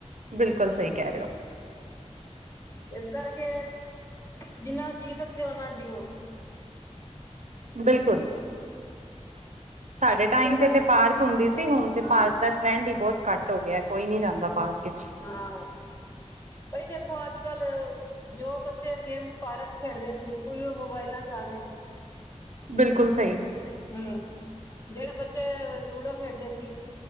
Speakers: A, on the right; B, on the left.
A: ਬਿਲਕੁਲ ਸਹੀ ਕਹਿ ਰਹੇ ਹੋ।
B: ਇਸ ਕਰਕੇ, ਜਿੰਨਾ ਜੀਅ ਸਕਦੇ ਹੋ ਓਨਾ ਜੀਓ।
A: ਬਿਲਕੁਲ। ਸਾਡੇ
B: ਕਈ
A: ਟਾਈਮ ਤੇ
B: ਵਾਰ
A: ਤੇ ਪਾਰਕ ਹੁੰਦੀ ਸੀ ਹੁਣ ਤੇ
B: ਹਾਂ
A: ਪਾਰਕ ਟਰੇਂਡ ਹੀ ਬਹੁਤ ਘੱਟ ਹੋ ਗਿਆ। ਕੋਈ ਨਹੀਂ ਜਾਂਦਾ ਪਾਰਕ ਚ
B: ਹਾਂ, ਬਈ ਦੇਖੋ ਅੱਜ ਕੱਲ ਜੋ ਬੱਚੇ ਗੇਮ ਪਾਰਕ ਖੇਡਦੇ ਸੀ ਉਹੀ ਮੋਬਾਇਲਾਂ ਚ ਆ ਗਏ ਨੇ
A: ਬਿਲਕੁਲ ਸਹੀ।
B: ਹਮ, ਜਿਹੜੇ ਬੱਚੇ ਲੂਡੋ ਖੇਡਦੇ ਸੀ!